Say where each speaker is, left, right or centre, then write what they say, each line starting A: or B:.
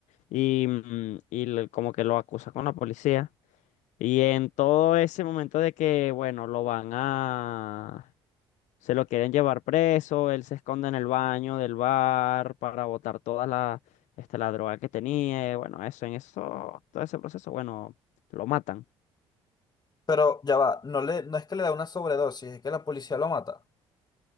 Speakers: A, on the left; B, on the left.
A: y, mm, y le- como que lo acusa con la policía. Y en todo ese momento de que, bueno, lo van a Se lo quieren llevar preso, él se esconde en el baño del bar para botar toda la, este, la droga que tenía. y Bueno, eso, en eso, todo ese proceso, bueno, lo matan.
B: Pero ya va, no le, no es que le da una sobredosis, es que la policía lo mata.